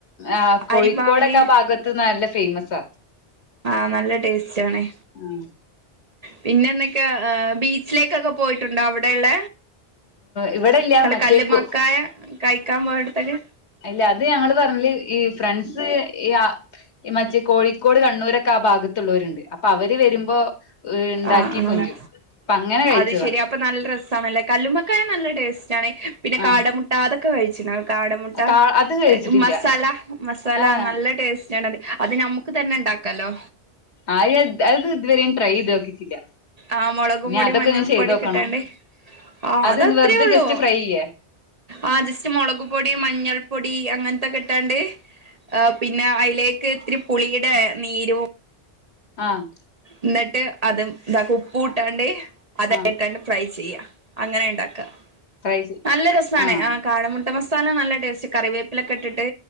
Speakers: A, on the left; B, on the right.
A: ആഹ് കോഴിക്കോടൊക്കെ
B: അരിമാവില്
A: ആ ഭാഗത്ത് നല്ല ഫേമസാ
B: ആഹ് നല്ല ടേസ്റ്റ് ആണേ
A: ഉം
B: പിന്നെ എന്തൊക്കെയ ബീച്ചിലേക്കൊക്കെ പോയിട്ടുണ്ടോ അവിടെയുള്ള
A: ഇവിടെല്ല
B: കള്
A: മറ്റേക്കു
B: കല്ല്മക്കായ കഴിക്കാൻ പോയ ട്ത്തൊക്കെ
A: അല്ല അത് ഞങ്ങള് പറഞ്ഞല് ഈ ഫ്രണ്ട്സ് ഈ ഈ മറ്റേ കോഴിക്കോട് കണ്ണൂരൊക്കെ ആ ഭാഗത്തുള്ളവരുണ്ട് അപ്പൊ അവര് വരുമ്പോ ഇണ്ടാക്കി
B: ആഹ്
A: കൊണ്ട്രു
B: ആഹ്
A: അപ്പ അങ്ങനെ കഴിച്ചതാ
B: അത് ശെരി അപ്പൊ നല്ല രസാണല്ലേ കല്ലുമ്മക്കായ നല്ല ടേസ്റ്റ് ആണ് പിന്നെ
A: ആഹ്
B: കാടമുട്ട അതൊക്കെ കഴിച്ചിനാ കാടമുട്ട
A: കാ അത് കഴിച്ചിട്ടില്ല
B: മസാല മസാല
A: ആഹ്
B: നല്ല ടേസ്റ്റ് റ്റാണതി അത് ഞമ്മക്ക് തന്നെ ഉണ്ടാക്കാല്ലോ
A: ആരിയ അത് ഇതുവരെെൻ ട്രൈ ചെയ്ത് നോക്കിട്ടില്ല
B: ആഹ് മുളകും
A: ഇനി
B: പൊടി
A: അതൊക്കെ
B: മഞ്ഞൾ
A: ഇനി ചെയ്ത്
B: പൊടി
A: നോക്കണം
B: കിട്ടാണ്ടേ ആ
A: അതെന്ത്
B: അത അത്രേ
A: വെറുതെ
B: ഉള്ളൂ
A: ജസ്റ്റ് ഫ്രൈ ചെയ്യേ
B: ആഹ് ജസ്റ്റ് മുളക് പൊടി മഞ്ഞൾ പൊടി അങ്ങനത്തൊക്കെ ഇട്ടാണ്ട് ആഹ് പിന്നെ അയ്ലേക്ക് ഇത്തിരി പുളിയുടെ നീരും
A: ആഹ്
B: എന്നിട്ട് അതും ഇതെ ഉപ്പും ഇട്ടാണ്ട് അതയ്ക്ക്ട്ടാണ്ട്
A: ആഹ്
B: ഫ്രൈ ചെയ്യാ അങ്ങനെ ഉണ്ടാക്ക
A: ഫ്രൈ ചെയ്
B: നല്ല രസാണ്
A: ആഹ്
B: ആ കാടമുട്ട മസാല നല്ല ടേസ്റ്റ് കറിവേപ്പിലൊക്കെ ഇട്ടിട്ട്